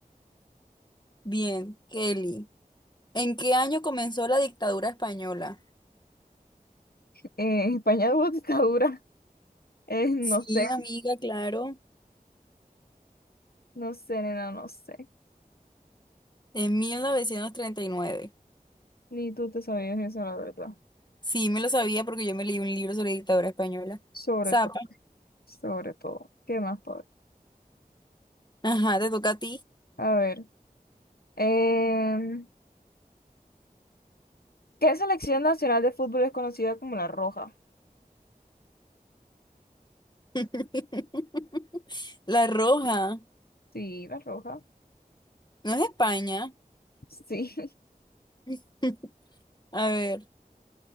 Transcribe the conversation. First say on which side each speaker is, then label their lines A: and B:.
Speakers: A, on the left; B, on the left.
A: Bien, Kelly. ¿En qué año comenzó la dictadura española?
B: Eh, España tuvo dictadura. Eh, no
A: Sí,
B: sé,
A: amiga, claro.
B: no sé, nena, no sé.
A: En 1939.
B: Ni tú te sabías eso, la verdad.
A: Sí, me lo sabía porque yo me leí un libro sobre dictadura española.
B: Sobre
A: Zapa.
B: todo, sobre todo. ¿Qué más, pobre?
A: Ajá, te toca a ti.
B: A ver. em, ¿qué selección nacional de fútbol es conocida como la Roja?
A: <laughs> La Roja.
B: Sí, la Roja.
A: No es España.
B: Sí,
A: <laughs> A ver.